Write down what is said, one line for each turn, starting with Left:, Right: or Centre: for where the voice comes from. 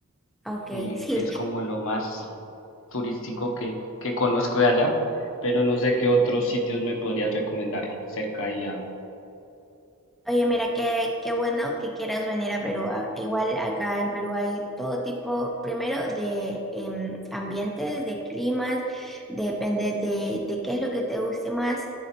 Centre: Ok,
Left: eh,
Centre: <laughs> sí.
Left: que es como lo más turístico que, que conozco de allá. Pero no sé qué otros sitios me podrías recomendar cerca y a,
Centre: Oye, mira, qué, qué bueno que quieras venir a Perú. A- Igual acá en Perú hay todo tipo, primero, de em, ambientes, de climas, depende de, de qué es lo que te guste más